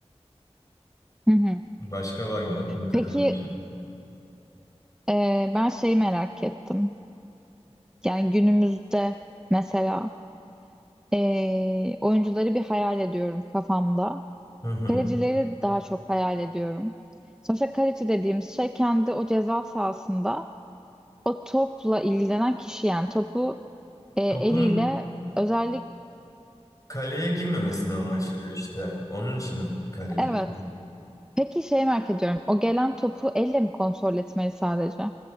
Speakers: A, in the centre; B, on the left.
A: Hı hı.
B: Başka var mı aklına takılan
A: Peki
B: bir şey?
A: e, ben şeyi merak ettim. Yani günümüzde mesela e, oyuncuları bir hayal ediyorum kafamda.
B: Hı hı.
A: Kalecileri daha çok hayal ediyorum. Sonuçta kaleci dediğimiz şey kendi o ceza sahasında o topla ilgilenen kişi yani topu e, eliyle
B: Topun
A: özellikle
B: Kaleye girmemesini amaçlıyor işte. Onun için kaleci
A: Evet.
B: ismi.
A: Peki şey merak ediyorum. O gelen topu elle mi kontrol etmeli sadece?